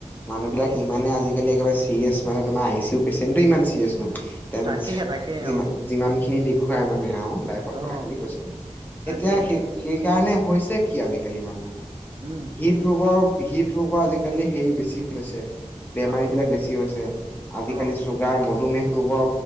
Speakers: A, on the left; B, on the right.
A: মানুহবিলাক
B: তাকে
A: ইমানে আজিকালি একেবাৰে চিৰিয়েচ মানে তোমাৰ আই চি ইউ পেচেন্টটো ইমান চিৰিয়াছ নহয়। তেওঁলোকি
B: তাকেহে তাকে
A: যিমান-যিমানখিনি
B: অ
A: ঘূৰাই মানে আৰু লাইফত
B: অ
A: কথাখিনি কৈছোঁ।
B: তাকে
A: এতিয়া
B: তাকে
A: সেই সেইকাৰণে হৈছে কি আজিকালি মানুহৰ
B: উম
A: হৃদ ৰোগৰ হৃদ ৰোগৰ আজিকালি হেৰি বেছি হৈছে। বেমাৰীবিলাক
B: হয়
A: বেছি হৈছে আজিকালি
B: অ
A: চুগাৰ মধুমেহ ৰোগৰ